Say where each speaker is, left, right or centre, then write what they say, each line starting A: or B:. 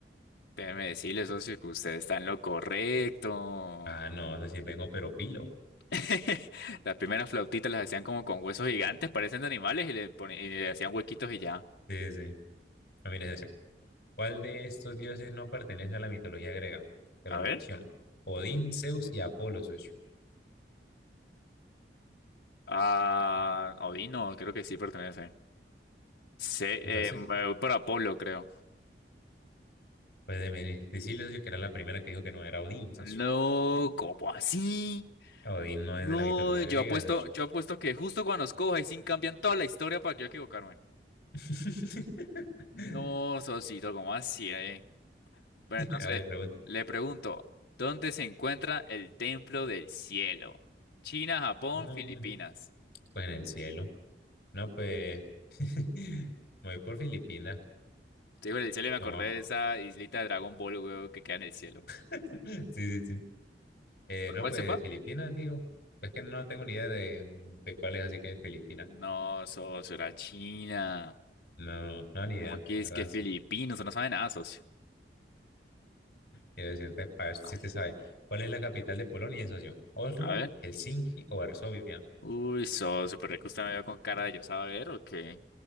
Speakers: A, on the left; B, on the left.
A: Déjeme decirle, socio, que usted está en lo correcto.
B: Ah, no, es decir, vengo pero pilo.
A: <laughs> Las primeras flautitas las hacían como con huesos gigantes, parecen de animales, y le, poni- y le hacían huequitos y ya.
B: Sí, sí. sí. Ah, mira esa. ¿Cuál de estos dioses no pertenece a la mitología griega? Te los
A: A
B: menciono.
A: ver.
B: Odín, Zeus y Apolo, socio.
A: Ah, Odino, creo que sí pertenece. Se,
B: Entonces,
A: eh, me voy por Apolo, creo.
B: pues de decirle, socio, que era la primera que dijo que no era Odín, socio.
A: No, ¿cómo así?
B: Odín no
A: No,
B: es de la mitología
A: yo
B: griega,
A: apuesto,
B: socio.
A: yo apuesto que justo cuando nos coja y sin cambian toda la historia para que yo equivocarme.
B: <laughs>
A: No, Sosito, ¿cómo así, eh? Bueno, entonces,
B: A ver, le pregunto.
A: le pregunto, ¿dónde se encuentra el Templo del Cielo? China, Japón,
B: No,
A: Filipinas.
B: pues en el cielo. No, pues <laughs> me voy por Filipinas.
A: Te digo, el cielo y me acordé
B: No más.
A: de esa islita de Dragon Ball, weón, que queda en el cielo.
B: <laughs> Sí, sí, sí. Eh,
A: ¿Por
B: no,
A: cuál
B: pues
A: se fue?
B: Filipinas, digo. Pues que no tengo ni idea de, de cuál es, así que Filipinas.
A: No, socio, era China.
B: No, no, ni
A: ¿Cómo
B: idea.
A: que
B: La
A: es
B: verdad,
A: que Filipinos?
B: sí.
A: No sabe nada, socio.
B: Y de siempre, para ver si
A: Ah,
B: usted sabe. ¿Cuál es la capital de Polonia, socio? ¿Oslo,
A: A ver.
B: Helsinki o Varsovia?
A: Uy, socio, pero es que usted me vio con cara de yo saber o qué.